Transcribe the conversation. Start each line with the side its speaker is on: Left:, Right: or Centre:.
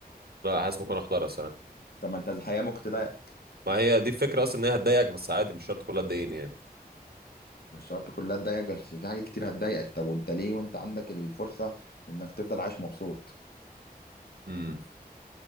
Right: لا حاسس ممكن اختارها الصراحه
Left: طب ما انت الحقيقه ممكن تضايقك
Right: ما هي دي الفكره اصلا ان هي هتضايقك بس عادي مش شرط كلها تضايقني
Left: مش شرط كلها تضايقك بس في حاجات كتير هتضايقك طب وانت ليه وانت عندك الفرصة انك تفضل عايش مبسوط
Right: يعني